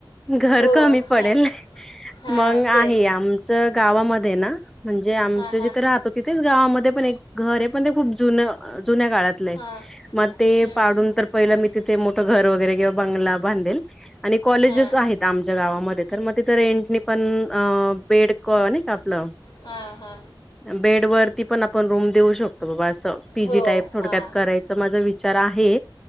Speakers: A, in the centre; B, on the left.
A: घर
B: हो
A: कमी पडेल
B: हां हां
A: मग
B: तेच
A: आहे आमच गावामध्ये आहे ना म्हणजे आमचे
B: हां हां
A: जिथ राहत तिथेच गावामध्ये पण एक घर आहे पण ते खूप जुन जुन्या काळात
B: हां
A: म ते
B: हां
A: पाडून तर पहिलं मी तिथे मोठ घर वगैरे किंवा बंगला बांधेल आणि कॉलेजेस
B: हां
A: आहेत आमच्या गावामध्ये तर म तिथं रेंटनी पण अ बेड क नाही का आपलं
B: हा हा
A: बेड वरती पण आपण रूम देऊ शकतो बाबा असं पीजी
B: हो
A: टाईप थोडक्यात
B: हां
A: करायचं माझा विचार आहे